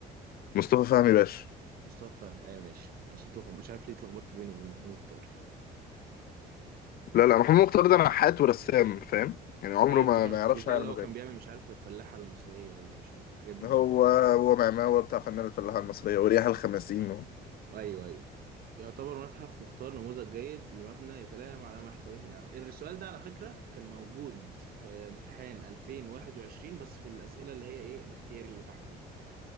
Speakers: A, on the left (about 60°); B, on the right (about 60°).
A: مصطفى فهمي باشا
B: مصطفى فهمي ايوه ماشي عشان تلخبط مش عارف ليه اتلخبطت بينه وبين محمود مختار
A: لا لا محمود مختار ده نحات ورسام فاهم يعني عمره
B: ايوه افتكرت
A: ما ما يعرفش
B: مش ده
A: يعمل
B: اللي هو
A: مباني.
B: كان بيعمل مش عارف الفلاحه المصريه او مش عارف الحاجات دي
A: هو هو معماه هو بتاع فنان الفلاحة المصرية وريح الخمسين و...
B: ايوه ايوه يعتبر متحف مختار نموذج جيد لمبنى يتلائم على ما يحتويه من العمل السؤال ده على فكره كان موجود في امتحان 2021 بس في الاسئله اللي هي ايه الاختياري اللي تحت دي